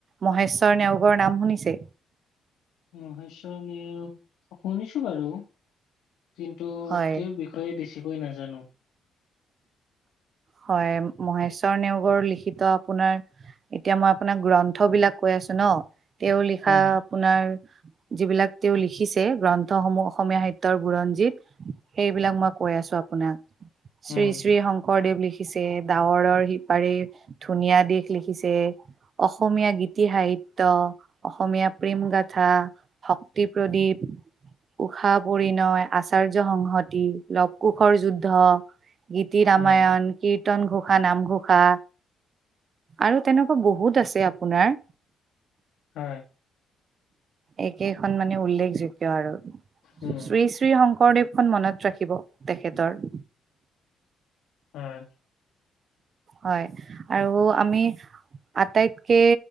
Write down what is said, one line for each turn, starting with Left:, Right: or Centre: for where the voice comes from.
Right: মহেশ্বৰ নেওগৰ নাম শুনিছে?
Left: মহেশ্বৰ নেওগ শুনিছোঁ বাৰু কিন্তু
Right: হয়
Left: তেওঁৰ বি ষয় বেছিকৈ নাজানো।
Right: হয়, মহেশ্বৰ নেওগৰ লিখিত আপোনাৰ এতিয়া মই আপোনাক গ্ৰন্থ বিলাক কৈ আছোঁ ন' তেওঁ লিখা
Left: হা
Right: আপোনাৰ যিবিলাক তেওঁ লিখিছে গ্ৰন্থসমূহ অসমীয়া সাহিত্যয়ৰ বুৰঞ্জিত। সেইবিলাক মই কৈ আছোঁ আপোনাক, শ্ৰী
Left: উম
Right: শ্ৰী শংকৰদেৱ লিখি লিখিছে ডাৱৰৰ সিপাৰি ধুনীয়া দিশ লিখিছে। অসমীয়া গীতি সাহিত্য, অসমীয়া প্ৰেম গাথা শক্তি প্ৰদীপ। উষা পৰিণয়, আচাৰ্য সংহতি, লৱ কোষৰ যুদ্ধ। গীতি ৰামায়ণ।
Left: উম
Right: কীৰ্তন ঘোষা, নামঘোষা আৰু তেনেকুৱা বহুত আছে আপোনাৰ।
Left: হয়।
Right: একেইখন মানে উল্লেখযোগয় আৰু
Left: উম
Right: শ্ৰী শ্ৰী শংকৰদেৱ খন মনত ৰাখিব তেখেতৰ।
Left: হয়।
Right: হয় আৰু আমি আটাইতকে